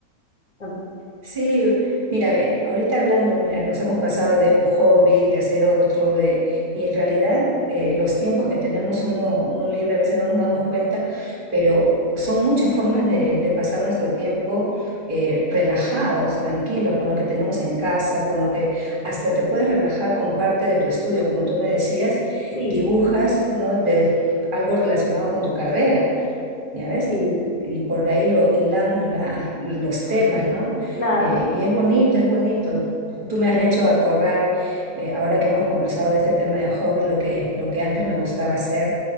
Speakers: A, on the left (about 30°); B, on the right (about 35°).
A: <laughs> Tam-
B: Sí, mira, ve, ahorita hablando, mira, nos hemos pasado de un hobby, de hacer otro, de, y en realidad eh, los tiempos que tenemos uno, uno libre a veces no nos damos cuenta, pero son muchas formas de, de pasar nuestro tiempo eh, relajados, tranquilos, con lo que tenemos en casa, con lo que hasta te puedes relajar con parte de tu estudio, como tú me decías,
A: Sí,
B: dibujas, ¿no? De, algo relacionado con tu carrera. ¿ya ves?
A: sí,
B: Y por ahí lo hilamos la, los temas, ¿no?
A: claro,
B: Eh, y es bonito, es bonito. Tú me
A: sí,
B: has hecho acordar, eh, ahora que hemos conversado de este tema de hobby, lo que, lo que antes me gustaba hacer